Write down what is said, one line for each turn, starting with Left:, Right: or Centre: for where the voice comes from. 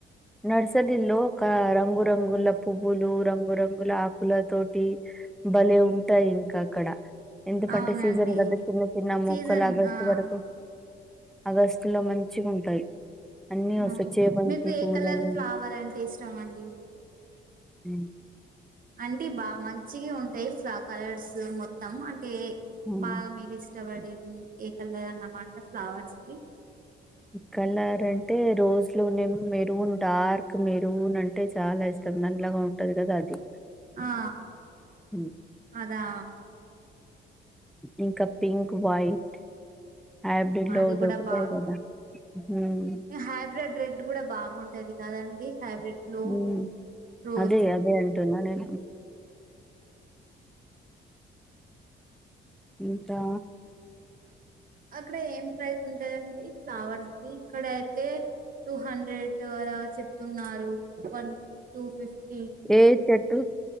Centre: నర్సరి లోక రంగ రంగురంగుల పువ్వులు రంగురంగుల ఆకుల తోటి భలే ఉంటాయి ఇంకా అక్కడ ఎందుకంటే
Right: అవునండి
Centre: సీజన్ కదా చిన్న చిన్న మొక్కలు
Right: సీజన్
Centre: ఆగస్టు
Right: ఆ
Centre: వరకు ఆగస్టు లో మంచిగా ఉంటాయి అన్నీ వస
Right: ఆ
Centre: చేే బంతి
Right: మీకు ఏ
Centre: పూలని
Right: కలర్ ఫ్లవర్ అంటే ఇష్టం అండి
Centre: హ
Right: అంటే బాగా మంచిగా ఉంటాయి ఫ్లా కలర్స్ మొత్తం అ అే
Centre: హ్మ్.
Right: బాగా మీరు ఇష్టపడేవి ఏ కలర్ అన్నమాంట ఫ్లవర్స్
Centre: కలర్ అంటే రోజులునేం మెరూన్ డార్క్ మెరూన్ అంటే చాలా ఇష్టం నల్లగా ఉంటది కద అది
Right: ఆ
Centre: హ్మ్
Right: అదా
Centre: ఇంకా పింక్ వైట్ హైబ్రిడ్ లో
Right: అది కూడా
Centre: దొరుకుతాయి
Right: బాగుంది
Centre: కదా హ్మ్
Right: హైబ్రిడ్ రేట్ ఇడ్డు కూడా బాగుంటది కదండి హైబ్రిడ్ లో
Centre: హూ
Right: రోజ్
Centre: అదే అదే ఉంటు నే ఇంకా
Right: అక్కడ ఏం ప్రైస్ ఉంటందిడి ఫ్లవర్స్ది ఇక్కడ అయితే టూ హండ్రెడ్ అలా చెప్తున్నారున్ టూ ఫిఫ్టీ
Centre: ఏ చెట్టు